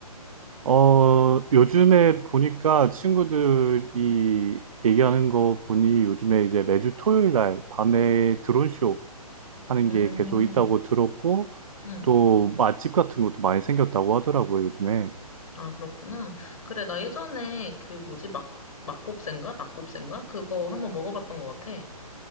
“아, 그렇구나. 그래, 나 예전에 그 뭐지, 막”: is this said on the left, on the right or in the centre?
Left